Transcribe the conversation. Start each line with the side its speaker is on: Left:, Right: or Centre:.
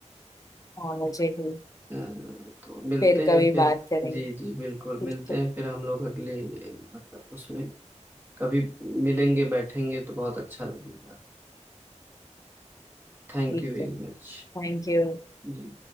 Left: हाँ मुझे भी
Right: अ, तो मिलते
Left: फिर कभी
Right: हैं फिर
Left: बात करेंगे
Right: जी जी बिल्कुल
Left: ठीक
Right: मिलते
Left: है
Right: हैं फिर हम लोग अगले मतलब उसमें कभी मिलेंगे बैठेंगे तो बहुत अच्छा लगेगा Thank
Left: ठीक
Right: you very
Left: है
Right: much
Left: Thank you
Right: Ji